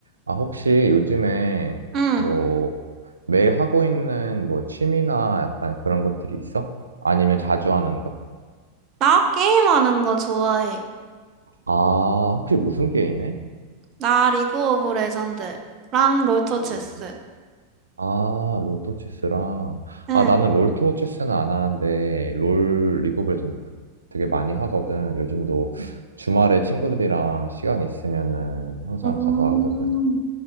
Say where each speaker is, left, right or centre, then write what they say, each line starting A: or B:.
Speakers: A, on the right; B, on the right.
A: 아, 혹시 요즘에
B: 응,
A: 뭐 매일 하고 있는 뭐 취미나 약간 그런 것들이 있어? 아니면 자주 하는 것?
B: 나 게임하는 거 좋아해.
A: 아, 혹시 무슨 게임해?
B: 나 리그 오브 레전드랑 롤토
A: 어,
B: 체스.
A: 아, 롤토 체스랑.
B: 응.
A: 아, 나는 롤토 체스는 안 하는데 롤 리그 오브 레전드 그- 되게 많이 하거든. 요즘도 주말에 친구들이랑 시간 있으면은 항상
B: 음,
A: 가서 하거든.